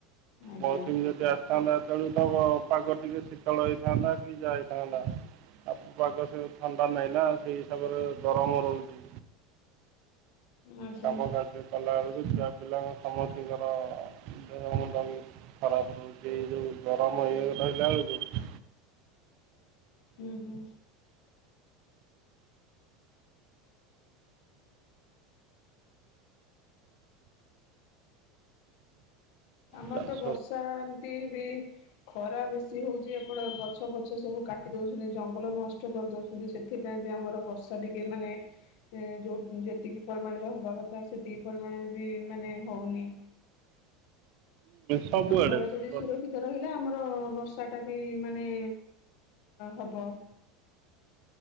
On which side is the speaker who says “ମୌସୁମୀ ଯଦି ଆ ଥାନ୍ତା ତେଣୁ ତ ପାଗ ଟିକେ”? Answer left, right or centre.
Right